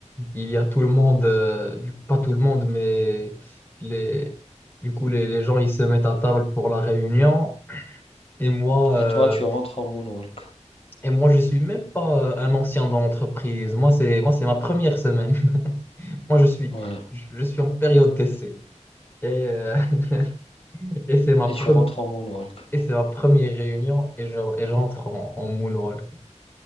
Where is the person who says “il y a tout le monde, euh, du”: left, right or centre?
Left